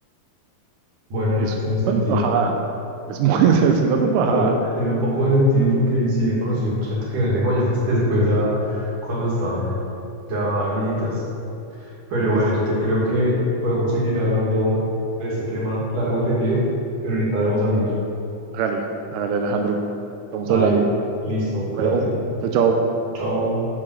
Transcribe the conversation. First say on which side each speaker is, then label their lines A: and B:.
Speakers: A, on the right; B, on the right.
A: Bueno,
B: Es
A: y eso tiene
B: una
A: sentido.
B: salvajada. Es, muy, <laughs> es una salvajada.
A: O sea, tiene un poco de sentido porque sí he conocido mucha gente que vende joyas <laughs> después ya cuando están ya viejitas. Pero
B: Pues,
A: bueno, yo te creo que podemos seguir hablando de este tema largo y tendido, pero ahorita debo salir.
B: hágale, hágale, Alejandro. Estamos
A: Dale,
B: hablando.
A: listo, cuídate.
B: Bueno, chao, chao.
A: Chao.